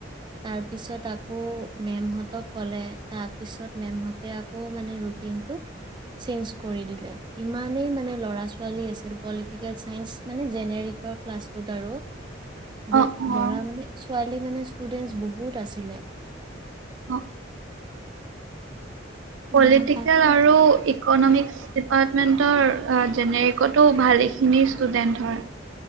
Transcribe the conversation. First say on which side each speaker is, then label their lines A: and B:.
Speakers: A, on the right; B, on the right.
A: তাৰপিছত আকৌ মেমহঁতক ক'লে তাৰপিছত মেমহঁতে আকৌ মানে ৰুটিনটো চেঞ্জ কৰি দিলে ইমানেই মানে ল'ৰা ছোৱালী আছিল পলিটিকেল চাইন্স মানে জেনেৰিকৰ ক্লাছটোত আৰু। <unintelligible>
B: অ
A: ল'ৰা
B: অ
A: মানে ছোৱালী মানে ষ্টুডেন্টছ বহুত আছিলে।
B: অঁ পলিটিকেল
A: উম তাকে।
B: আৰু ইকনমিক্স ডিপাৰ্টমেণ্টৰ জেনেৰিকতো ভালেখিনি ষ্টুডেণ্ট হয়।